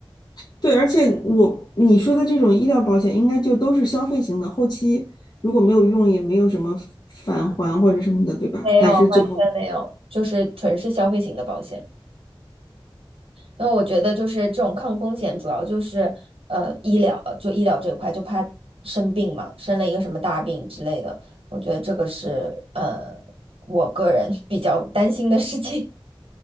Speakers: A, on the left; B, on the right.
A: <laughs> 对，而且我你说的这种医疗保险，应该就都是消费型的，后期如果没有用，也没有什么返还或者什么的，对吧？
B: 没有，
A: 还是最后，
B: 完全没有。就是纯是消费型的保险。因为我觉得就是这种抗风险，主要就是呃医疗，就医疗这块，就怕生病嘛，生了一个什么大病之类的，我觉得这个是呃我个人 <laughs> 比较担心的事情，